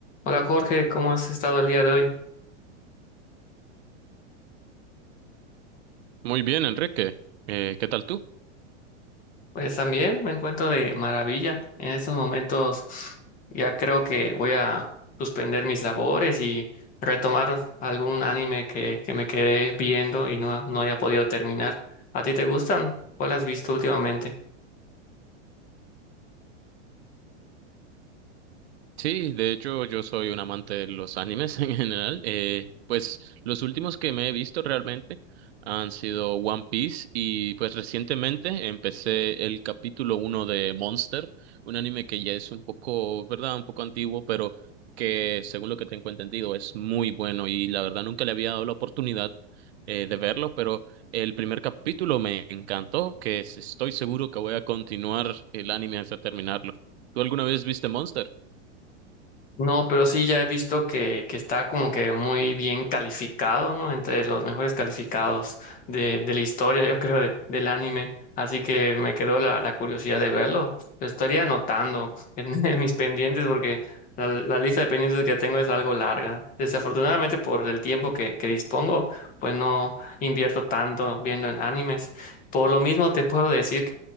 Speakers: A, on the left; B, on the right.
A: Hola Jorge, ¿cómo has estado el día de hoy?
B: Muy bien, Enrique. Eh, ¿qué tal tú?
A: Pues también me encuentro de maravilla. En estos momentos ya creo que voy a suspender mis labores y retomar algún anime que, que me quedé viendo y no, no haya podido terminar. ¿A ti te gustan? ¿Cuál has visto últimamente?
B: Sí, de hecho yo soy un amante de los animes <laughs> en general. Eh, pues los últimos que me he visto realmente han sido One Piece y pues recientemente empecé el capítulo uno de Monster, un anime que ya es un poco, ¿verdad? Un poco antiguo, pero que según lo que tengo entendido es muy bueno y la verdad nunca le había dado la oportunidad eh, de verlo, pero el primer capítulo me encantó, que es- estoy seguro que voy a continuar el anime hasta terminarlo. ¿Tú alguna vez viste Monster?
A: No, pero sí ya he visto que, que está como que muy bien calificado, ¿no? Entre los mejores calificados de, de la historia, yo creo, de- del anime. Así que me quedó la, la curiosidad de verlo. Lo estaría anotando en, <laughs> en mis pendientes porque la, la lista de pendientes que tengo es algo larga. Desafortunadamente por el tiempo que, que dispongo, pues no invierto tanto viendo en animes. Por lo mismo te puedo decir